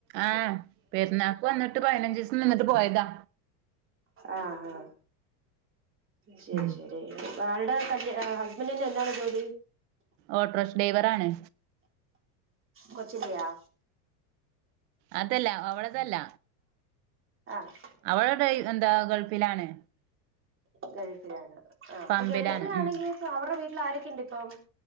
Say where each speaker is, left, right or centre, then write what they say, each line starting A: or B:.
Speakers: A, on the right; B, on the right.
A: ആഹ പെരുന്നാക്ക് വന്നിട്ട് പതിനഞ്ച് ദിവസം നിന്നിട്ട് പോയതാ
B: ആഹ ആഹ ശരി
A: ഉം
B: ശരി അയാളുടെ കല് ഹസ്ബൻഡന്നെ എന്താണ് ജോലി
A: ഓട്ടോ ഡ്രൈവർ ആാണ്
B: കൊച്ചില്ലിയാ
A: അതല്ല അവളതല്ല
B: ആഹ്
A: അവളട എന്താ ഗൾഫിലാണ്
B: ഗൾഫിലാണ് ആ അപ്പൊ
A: പമ്പിലാണ്
B: ഗൾഫിലാണെങ്കിൽ
A: ഉം
B: അവരുടെ വീട്ടിൽ ആരൊക്കെുണ്ട് ഇപ്പം